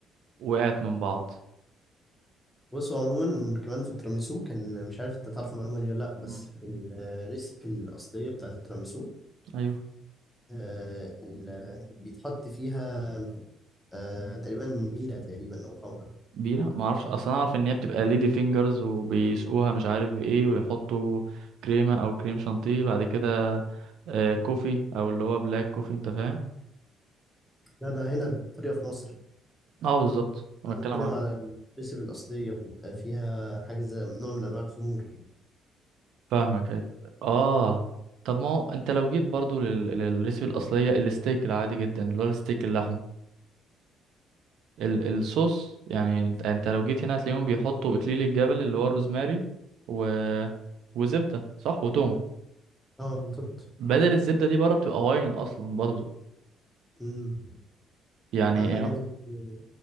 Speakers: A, on the right; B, in the centre.
A: وقعت من بعض
B: بص هو عموما كمان في التيراميسو كان مش عارف انت تعرف المعلومه دي ولا لا بس
A: مم.
B: في الريسيبي الاصليه بتاعت التيراميسو
A: ايوه
B: آه ال- بيتحط فيها آه تقريبا بيرة تقريبا او خمره
A: بيرة ما اعرفش اصلا اعرف ان هي بتبقى ليدي فينجرز وبيسقوها مش عارف بايه ويحطوا كريمة او كريم شانتيه بعد كده آه كوفي او اللي هو بلاك كوفي انت فاهم
B: لا ده هنا الطريقه في مصر
A: اه بالظبط انا بتكلم
B: انا بتكلم
A: عن
B: على الريسيبي الاصليه بيبقى فيها حاجه زي نوع من انواع الخمور
A: فاهمك أيوة. اه طب ما هو انت لو جيت برضو لل... للريسبي الاصلية الستيك العادي جدا اللي هو الستيك اللحم ال... الصوص يعني انت أنت لو جيت هنا هتلاقيهم بيحطوا اكليل الجبل اللي هو الروزماري و... وزبدة صح وتوم
B: اه بالظبط
A: بدل الزبدة دي بره بتبقى واين اصلا برضو
B: امم
A: يعني
B: انا الحاجات دي برضه